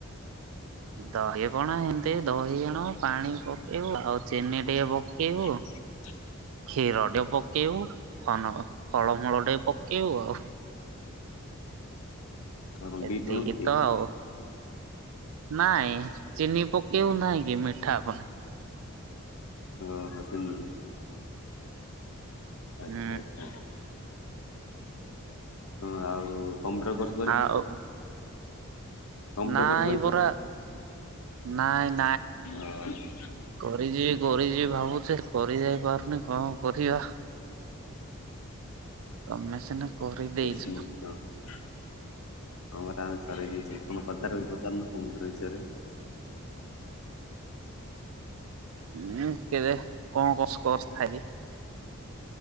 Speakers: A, on the right (about 70°); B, on the left (about 80°).
A: ଦହି ପଣା ଏମିତି ଦହି ଆଣିବୁ ପାଣି ପକେଇବୁ ଆଉ ଚିନି ଟିକେ ପକେଇବୁ।
B: <inaudible>
A: କ୍ଷୀର ଟେ ପକେଇବୁ ଫନ ଫଳମୂଳ ଟିକେ ପକେଇବୁ ଆଉ।
B: ଆଉ କଣ
A: ଏତିକି
B: ବିଟ୍ ଲୁଣ ପକେଇକି
A: ତ ଆଉ। ନାଇଁ ଚିନି ପକେଇବୁ ନାହିଁ କି ମିଠା ପାଇଁ।
B: ଓହୋ ସେମିତି କି? ଆଚ୍ଛା
A: ହୁଁ
B: ଆଚ୍ଛା ହଁ ଆଉ କମ୍ପ୍ୟୁଟର କର।
A: ଆଉ।
B: କମ୍ପ୍ୟୁଟର
A: ନାଇଁ
B: କୋର୍ସ କରିଛୁ
A: ପରା ନାଇନ୍।
B: ଓ ହୋ।
A: କରି ଯିବି କରି ଯିବି ଭାବୁଛେ କରି ଯାଇ ପାରୁନି କଣ କରିବା। ତମେ ସିନା କରିଦେଇଛ
B: ଟ ସରଛ।
A: ହୁଁ
B: <inaudible> ସାର୍ ବି ପଚାନୁ କମ୍ପ୍ୟୁଟର ବିଷୟରେ।
A: ଉଁ କେବେ କଣ କଣ ସ୍କୋର୍ ଥାଇଲି?